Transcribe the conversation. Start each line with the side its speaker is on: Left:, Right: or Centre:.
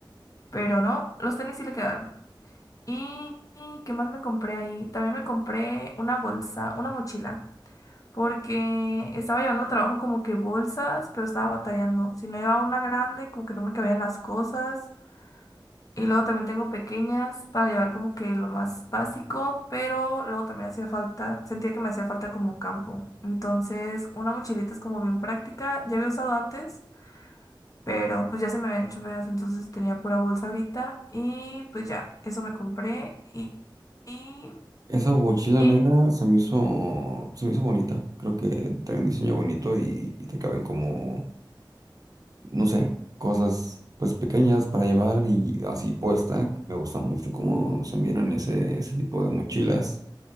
Left: Pero no, los tenis sí le quedaron. ¿Y y qué más me compré ahí? También me compré una bolsa, una mochila. Porque estaba llevando al trabajo como que bolsas, pero estaba batallando. Si no llevaba una grande, como que no me cabían las cosas. Y luego también tengo pequeñas para llevar como que lo más básico, pero luego también hacía falta, sentía que me hacía falta como campo. Entonces, una mochilita es como bien práctica, ya había usado antes, pero pues ya se me habían hecho feas, entonces tenía pura bolsa ahorita y pues ya, eso me compré y, y,
Right: Esa mochila
Left: y
Right: negra se me hizo, se me hizo bonita, creo que trae un diseño bonito y, y te caben como no sé, cosas pues pequeñas para llevar y así puesta. Me gusta mucho cómo se miran ese, ese tipo de mochilas.